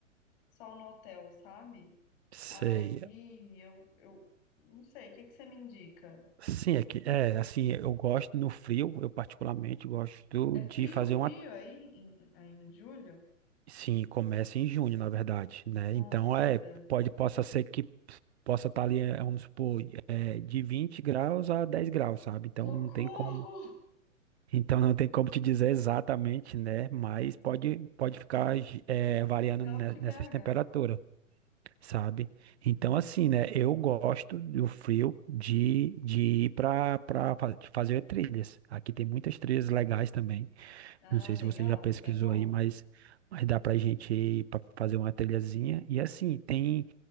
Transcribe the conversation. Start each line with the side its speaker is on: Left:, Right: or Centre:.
Left: só no hotel, sabe?
Right: sei.
Left: Aí eu, eu não sei, o que que você me indica?
Right: Sim, é que, é, assim, eu gosto no frio, eu particularmente gosto
Left: É
Right: de
Left: frio,
Right: fazer
Left: frio
Right: uma.
Left: aí em, em, em julho?
Right: Sim, começa em junho, na verdade, né?
Left: Nossa,
Right: Então, é,
Left: Deus.
Right: pode, possa ser que possa estar ali, é, vamos supor, é, de 20 graus a 10 graus, sabe? Então,
Left: Socorro!
Right: não tem como. Então, não tem como te dizer exatamente, né? Mas pode, pode ficar, é, variando
Left: Pior
Right: ne-
Left: que
Right: nessas
Left: BH.
Right: temperaturas. sabe? Então, assim, né? Eu gosto do frio de, de ir para fazer trilhas. Aqui tem muitas trilhas legais também.
Left: Ah,
Right: Não sei
Left: legal,
Right: se você já pesquisou
Left: isso é bom.
Right: aí, mas, mas dá pra gente ir para fazer uma trilhazinha. E assim, tem,